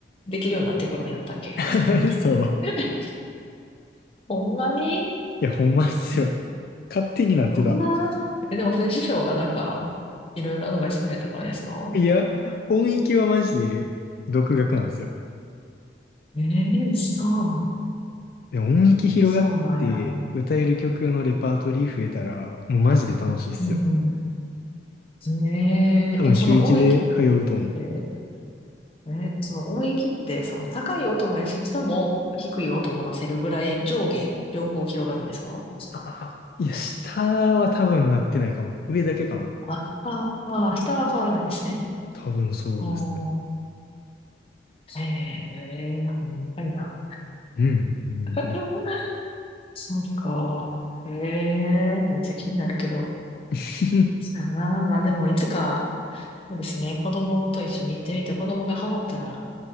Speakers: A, on the left (about 30°); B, on the left (about 55°).
A: できるようになってくるんやったっけ
B: <laughs> そう。
A: <laughs> ほんまに
B: いや、ほんまっすよ。勝手になってた。
A: どんな、え、でも、それ師匠がなんか、いろいろアドバイスくれたからですか
B: いや、音域はマジで独学なんですよ。
A: ええそう。
B: でも音域広がって歌える曲のレパートリー増えたら、
A: そうなんや。
B: もうマジで楽しいっすよ。
A: うんうん。えええ、
B: 多分週一で通うと思う。
A: その音域って、え、その音域って、その高い音もやし、下も低い音も出せるぐらい上下、両方広がるんですか
B: ああ、いや、下は多分なってないかも。上だけかな。
A: あ、ああ、下は変わらないですね。
B: 多分そうですね。
A: あーええほんまにな。
B: うん、うん、
A: <laughs>
B: うん。
A: そうか。ええめっちゃ気になるけど。
B: <laughs>
A: そうやな。まあでも、いつか、そうですね、子供と一緒に行ってみて、子供がハマったら